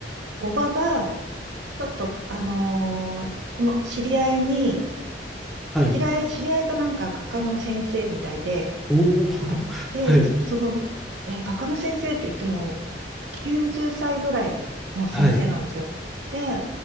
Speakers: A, on the right; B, in the centre.
A: おばが、ちょっと、あのーとも知り合いに、
B: はい、
A: 知り合い、知り合いがなんか画家の先生みたいで、
B: おお
A: あで、
B: <laughs> はい、
A: その、えー画家の先生って言っても、90歳ぐらいの先生なんですよ。
B: はい、
A: で、